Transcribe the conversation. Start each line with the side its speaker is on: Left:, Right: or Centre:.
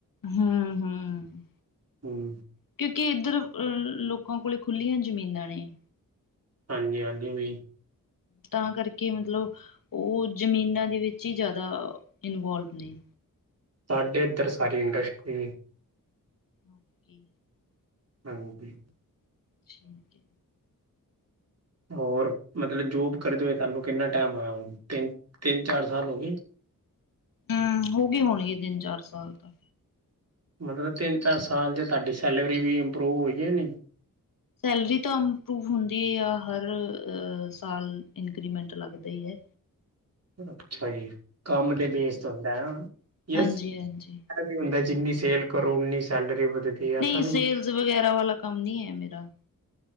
Left: ਹਮ -ਹਮ।
Right: ਹੂੰ
Left: ਕਿਉਂਕਿ, ਇੱਧਰ ਅਹ ਲੋਕਾਂ ਕੋਲ ਖੁੱਲੀਆਂ ਜ਼ਮੀਨਾਂ ਨੇ।
Right: ਹਾਂਜੀ- ਹਾਂਜੀ, ਵੀ
Left: ਤਾਂ, ਕਰਕੇ ਮਤਲਬ ਉਹ, ਜ਼ਮੀਨਾਂ ਦੇ ਵਿੱਚ ਹੀ ਜ਼ਿਆਦਾ ਇਨਵੋਲਵ ਨੇ।
Right: ਸਾਡੇ ਇੱਧਰ ਸਾਰੀ ਇੰਡਸਟਰੀ
Left: ਓਕੇ।
Right: ਹਾਂਜੀ।
Left: ਠੀਕ ਹੈ।
Right: ਹੋਰ ਮਤਲਬ, ਜੋਬ ਕਰਦੇ ਹੋਏ ਤੁਹਾਨੂੰ ਕਿੰਨਾ ਟਾਈਮ ਹੋਇਆ, ਹੁਣ ਤਿੰਨ, ਚਾਰ ਸਾਲ ਹੋ ਗਏ?
Left: ਹਮ, ਹੋ ਗਏ ਹੋਣਗੇ ਤਿੰਨ ਚਾਰ ਸਾਲ ਤਾਂ।
Right: ਮਤਲਬ, ਤਿੰਨ ਚਾਰ- ਸਾਲ ਚ, ਤੁਹਾਡੀ ਸੈਲਰੀ ਵੀ ਇੰਪਰੂਵ ਹੋਈ ਹੈ ਨਹੀਂ?
Left: ਸੈਲਰੀ ਤਾਂ ਇੰਪਰੂਵ ਹੁੰਦੀ ਆ, ਹਰ ਸਾਲ ਇਨਕਰੀਮੈਂਟ ਲੱਗਦਾ ਹੀ ਹੈ।
Right: ਅੱਛਾ ਜੀ, ਕੰਮ ਦੇ ਬੇਸ
Left: ਹਾਂਜੀ
Right: ਤੇ ਹੁੰਦਾ ਆ ਨਾ, ਯਸ
Left: ਹਾਂਜੀ ਹਾਂਜੀ
Right: ਵੀ ਹੁੰਦਾ ਜਿੰਨੀ ਸੇਲ ਕਰੋ, ਉਨੀ ਸੈਲਰੀ ਵਧਦੀ। ਹੈ ਐਸਾ
Left: ਨਹੀਂ
Right: ਵੀ
Left: ਸੇਲਜ਼
Right: ਕੁਛ
Left: ਵਗੈਰਾ ਵਾਲਾ ਕੰਮ ਨਹੀਂ ਹੈ। ਮੇਰਾ